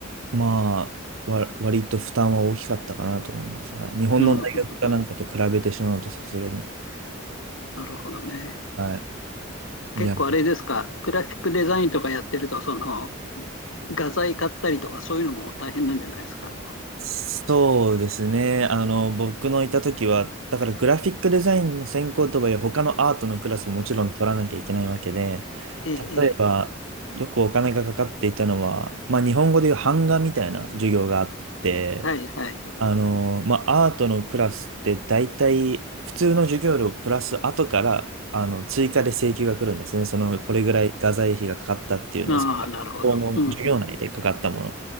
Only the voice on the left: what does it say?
うんうんうん。なるほどね。
結構あれですか、
グラフィックデザインとかやってると、その画材買ったりとかそういうのも大変なんじゃないですか。
ええええ
はいはい。
ああ、なるほど。
うんうん。